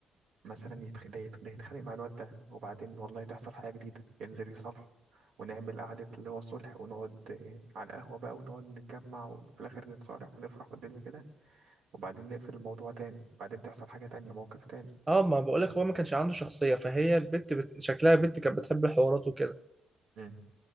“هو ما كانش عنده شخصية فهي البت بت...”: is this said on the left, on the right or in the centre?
Right